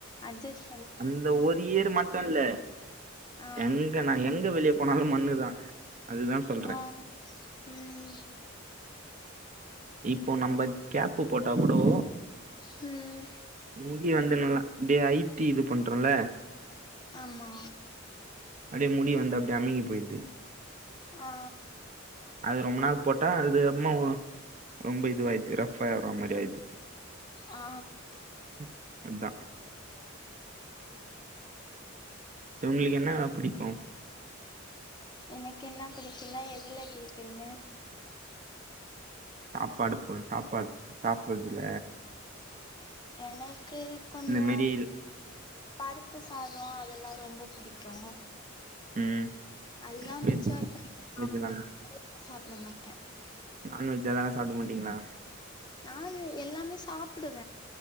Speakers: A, on the left (about 20°); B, on the right (about 40°).
A: அஜ்ஜஸ்
B: இந்த ஒரு இயர் மட்டு இல்ல
A: ஆ
B: எங்க நா எங்க வெளிய போனாலு மண்ணுதா அதுதா சொல்ற
A: ஆ ம்
B: இப்போ நம்ப கேப்பு போட்டா கூடோ
A: ம்
B: முடி வந்ததுன்னா இப்டியே அய்த்தி இது பண்றோல
A: ஆமா
B: அப்டியே முடி வந்து அப்டியே அமுங்கி போய்டுது
A: அ ஆ
B: அது ரொம்ப நாள் போட்டா அது அப்மா ரொம்ப இதுவாயிது ரஃப்பா ஆவ்ற மாரி ஆயிட்து
A: ஆ
B: உ அதா உங்களுக்கு என்ன புடிக்கு
A: எனக்கென்ன பிடிக்குனா எதுல கேக்குறிங்க
B: சாப்பாடு போ சாப்பாடு சாப்பறதுல
A: எனக்கு கொஞ்சொ
B: இந்த மாரி
A: பருப்பு சாதொ அதெல்லா ரொம்ப புடிக்கோ
B: ம்
A: அதெல்லா மிச்சொ
B: வெஜ்
A: வெக்காம சாப்பிடு
B: வெஜ்ஜா
A: <inaudible> சாப்பிட மாட்ட
B: நான்வெஜ் அதெல்லா சாப்ட மாட்டீங்களா
A: நான் <unintelligible> எல்லாமே சாப்டுவ